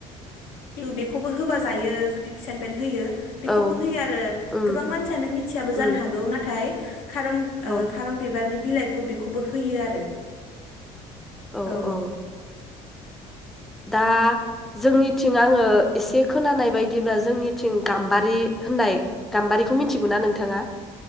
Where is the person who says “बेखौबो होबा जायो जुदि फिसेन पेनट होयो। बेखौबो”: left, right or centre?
Left